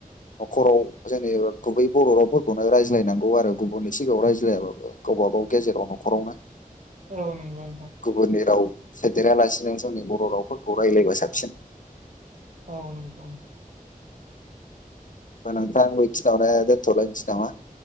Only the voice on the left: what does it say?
न'खराव जेनेबा गुबै बर' रावफोरखौनो रायज्लायनांगौ आरो गुबुननि सिगाङाव रायज्लायाबाबो गावबा गाव गेजेराव न'खरावनो
गुबुननि राव सोदेरालासिनो जोंनि बर' रावफोरखौ रायलायबा साबसिन
होमबा नोंथां बे खिनावनो दोनथ'लायनोसै नामा